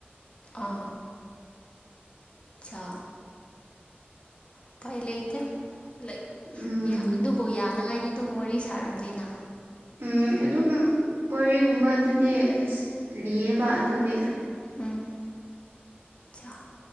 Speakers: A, on the left; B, on the right.
A: ꯑꯥ ꯁꯥ ꯎꯄꯥꯏ ꯂꯩꯇꯦ ꯂꯩꯛ
B: ꯎꯝ
A: ꯌꯥ ꯑꯗꯨ__ ꯕꯨ ꯌꯥꯅꯉꯥꯏꯗꯤ ꯑꯗꯨꯝ ꯋꯥꯔꯤ ꯁꯥꯔꯝꯅꯤꯅ
B: ꯎꯝ ꯑꯗꯨꯝ ꯋꯥꯔꯤꯒꯨꯝꯕ ꯑꯗꯨꯗꯤ ꯑꯁ ꯂꯤꯌꯦꯕ ꯑꯗꯨꯗꯤ
A: ꯎꯝ ꯆꯥ